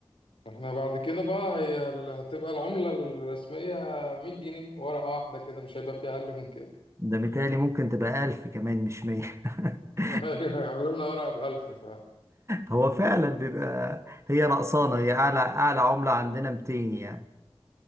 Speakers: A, on the left; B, on the right.
A: احنا بعد كده بقى هي ال- هتبقى العملة الرسمية 100 جنيه ورقة واحدة كده مش هيبقى في أقل من كده
B: ده متهيألي ممكن تبقى ألف كمان مش مية <laughs>
A: <laughs> أيوة يعملوا لنا ورقة بألف فعلا
B: هو فعلا بيبقى هي نقصانة هي أعلى أعلى عملة عندنا 200 يعني